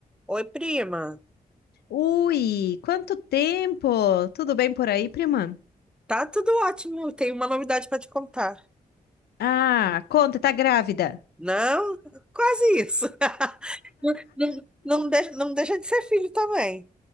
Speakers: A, in the centre; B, on the left.
A: Oi, prima.
B: Ui, quanto tempo! Tudo bem por aí, prima?
A: Tá tudo ótimo. Tenho uma novidade para te contar.
B: Ah, conta, tá grávida.
A: Não, quase isso. <laughs> Não, não, deixa, não deixa de ser filho também.